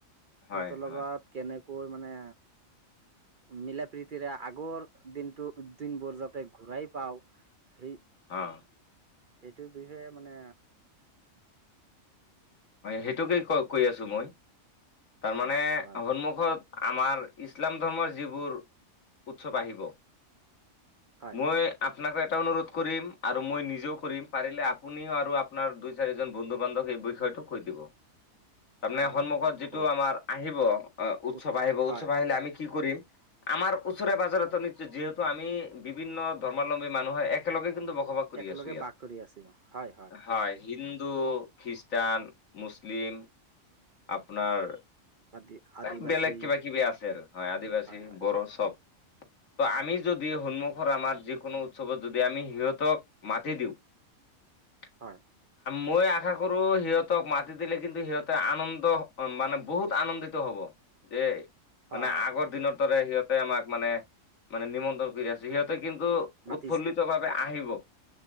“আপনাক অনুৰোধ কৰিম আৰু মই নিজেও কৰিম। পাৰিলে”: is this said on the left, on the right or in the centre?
Left